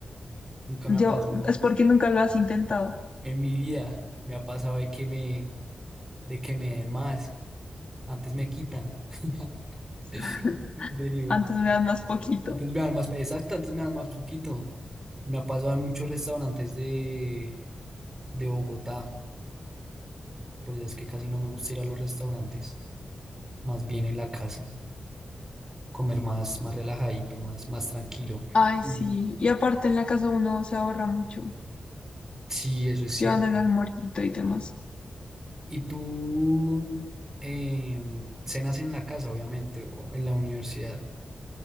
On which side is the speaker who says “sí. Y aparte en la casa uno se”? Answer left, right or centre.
Left